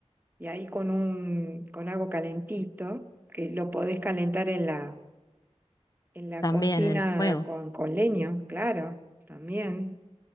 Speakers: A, on the right (about 15°); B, on the left (about 30°).
A: y ahí con un, con algo calentito, que lo podés calentar en la, en la
B: también
A: cocina
B: el fuego.
A: con, con leño, claro, también.